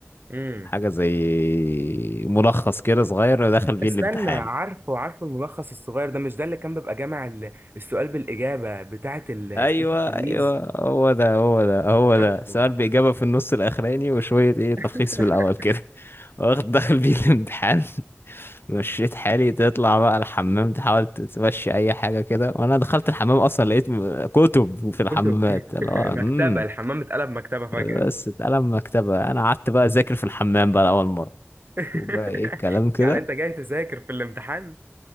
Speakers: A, on the right; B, on the left.
A: امم
B: حاجة زي ملخص كده صغير ودخل بيه
A: استنى
B: الامتحان
A: عارفه عارفه الملخص الصغير ده مش ده اللي كان بيبقى جامع ال- السؤال بالإجابة بتاعة ال-
B: ايوه
A: سلاح التلميذ
B: ايوه هو ده هو ده هو
A: عارفه
B: ده سؤال باجابه في النص الاخراني وشويه ايه تلخيص
A: <laughs>
B: في الاول كده <laughs> واخد دخل بيه الامتحان <laughs> مشيت حالي تطلع بقى الحمام تحاول تمشي اي حاجه كده وانا دخلت الحمام اصلا لقيت م- كتب في الحمامات
A: كتب <laughs>
B: اللي هو امم
A: مكتبة الحمام اتقلب مكتبة فجأة
B: بس اتقلم مكتبه انا قعدت بقى اذاكر في الحمام بقى لاول مره
A: <laughs>
B: وبقى ايه الكلام كده
A: يعني انت جاي تذاكر في الامتحان